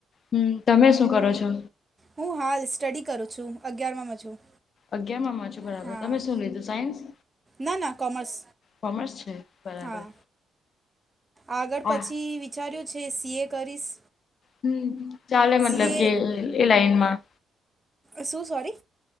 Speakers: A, on the left (about 55°); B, on the right (about 20°).
A: હમ તમે શું કરો છો?
B: હું હાલ સ્ટડી કરું છું અગિયારમાં છું.
A: અગ્યારમામા બરાબર
B: હા
A: તમે શું લીધું સાયન્સ
B: ના ના કોમર્સ
A: કોમર્સ છે બરાબર
B: હા આગળ પછી
A: આ
B: વિચાર્યું છે સીએ કરીશ
A: હમ ચાલે મતલબ
B: સીએ
A: કે એ લાઈન માં
B: શું સોરી